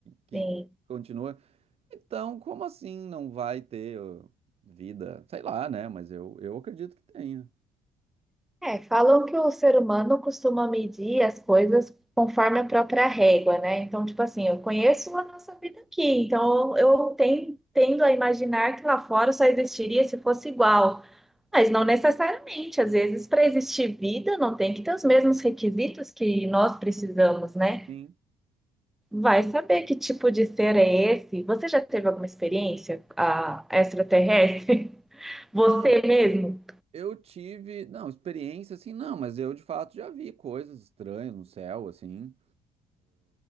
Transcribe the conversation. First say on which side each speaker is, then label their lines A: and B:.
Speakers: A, on the right (about 45°); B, in the centre.
A: que
B: Sim.
A: continua. Então, como assim não vai ter ó, vida? Sei lá, né? Mas eu, eu acredito que tenha.
B: É, falam que o ser humano costuma medir as coisas conforme a própria régua, né? Então, tipo assim, eu conheço a nossa vida aqui, então eu ten- tendo a imaginar que lá fora só existiria se fosse igual. Mas não necessariamente, às vezes, para existir vida, não tem que ter os mesmos requisitos que nós precisamos, né?
A: Sim.
B: Vai saber que tipo de ser é esse? Você já teve alguma experiência ah, extraterrestre? <laughs> Você
A: Não.
B: mesmo?
A: Eu tive, não, experiência assim, não, mas eu de fato já vi coisas estranhas no céu, assim.